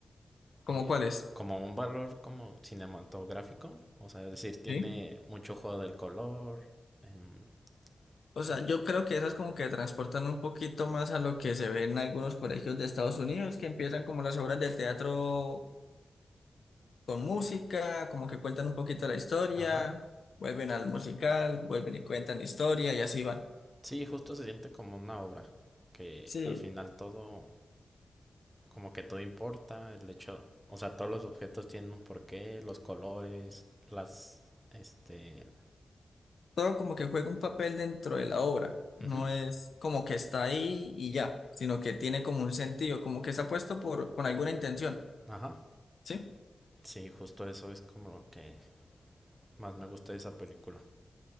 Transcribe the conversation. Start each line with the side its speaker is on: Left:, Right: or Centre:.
Left: ¿Cómo
Centre: eh,
Left: cuál es?
Centre: como un valor como cinematográfico. O sea, es decir, tiene
Left: ¿Sí?
Centre: mucho juego del color. em,
Left: O sea,
Centre: el,
Left: yo creo que esas como que transportan un poquito más a lo que se ve en algunos colegios de Estados Unidos, que empiezan como las obras de teatro con música, como que cuentan un poquito la historia,
Centre: ajá.
Left: vuelven al musical, vuelven y cuentan la historia y así va.
Centre: Sí, justo se siente como una obra. Que
Left: Sí,
Centre: al final todo. como que todo importa, el hecho, o sea, todos los objetos tienen un porqué, los colores, las, este,
Left: todo como que juega un papel dentro de la obra,
Centre: ujú,
Left: no es como que está ahí y ya, sino que tiene como un sentido, como que está puesto por, con alguna intención,
Centre: ajá,
Left: ¿sí?
Centre: sí, justo eso es como lo que más me gusta de esa película.